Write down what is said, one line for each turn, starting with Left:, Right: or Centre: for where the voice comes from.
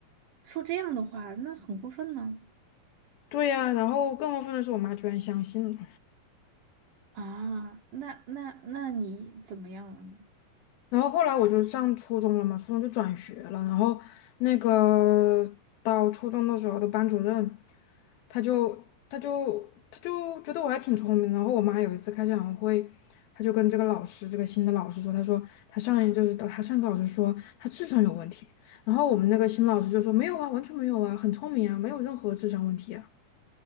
Right: 说这样的话，那很过分呢。
Left: 对呀，然后更过分的是，我妈居然相信了。
Right: 啊，那那那你怎么样了呢？
Left: 然后后来我就上初中了嘛，初中就转学了。然后那个到初中的时候的班主任，他就他就他就觉得我还挺聪明的然后我妈有一次开家长会，他就跟这个老师，这个新的老师说，他说他上一就是他上课老师说他智商有问题。然后我们那个新老师就说没有啊，完全没有啊，很聪明啊，没有任何智商问题啊。